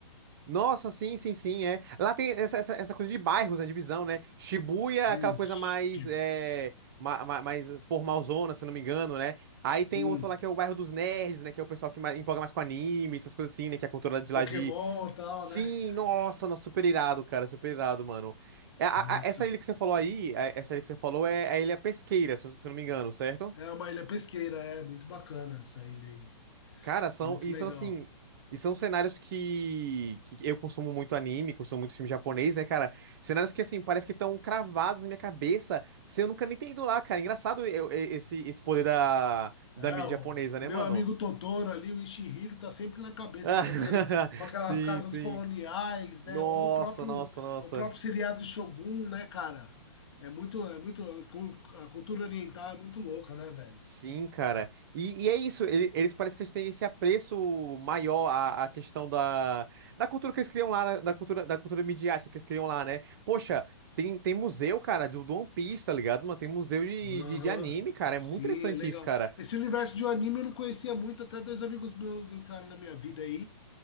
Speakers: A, on the right; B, on the left.
A: Nossa, sim, sim, sim, é. Lá tem essa, essa, essa coisa de bairros, né, divisão, né? Shibuya, é
B: de,
A: aquela coisa mais,
B: de-
A: é, ma, ma- mais formalzona, se eu não me engano, né? Aí tem
B: sim,
A: outro lá que é o bairro dos nerds, né? Que é o pessoal que mais, empolga mais com anime, essas coisas assim, né? Que é a cultura de
B: Pokémon
A: lá de...
B: e tal,
A: Sim,
B: né?
A: nossa, nossa, super irado, cara, super irado, mano. É, a-
B: Isso.
A: a- essa ilha que você falou aí, a- essa ilha que você falou é a Ilha Pesqueira, se eu se eu não me engano, certo?
B: É uma ilha pesqueira, é muito bacana essa ilha aí,
A: Cara, são,
B: muito
A: e
B: legal.
A: são assim, e são cenários que, que eu consumo muito anime, consumo muito filme japonês, né, cara? Cenários que, assim, parece que estão cravados na minha cabeça, sem eu nunca nem ter ido lá, cara. Engraçado eu- e- esse, esse poder da,
B: É,
A: da mídia
B: o
A: japonesa,
B: meu
A: né, mano?
B: amigo
A: <laughs>
B: Totoro ali, o Ishihiro, tá sempre na cabeça
A: Ah,
B: com
A: <laughs>
B: aquele, com aquelas
A: Sim,
B: casas
A: sim.
B: coloniais,
A: Nossa,
B: né? Ou o próprio,
A: nossa, nossa.
B: o próprio seriado Shogun, né, cara? É muito, é muito, a cultura oriental é muito louca, né, velho?
A: Sim, cara. E, e é isso, ele- eles parecem que eles têm esse apreço maior à, à questão da, da cultura que eles criam lá, da da cultura, da cultura midiática que eles criam lá, né? Poxa, tem, tem museu, cara, do, do One Piece, tá ligado? Mano, tem museu de,
B: Aham,
A: de, de anime, cara.
B: Sim,
A: É muito interessante
B: é legal.
A: isso, cara.
B: Esse universo de um anime eu não conhecia muito, até dois amigos meus entraram na minha vida aí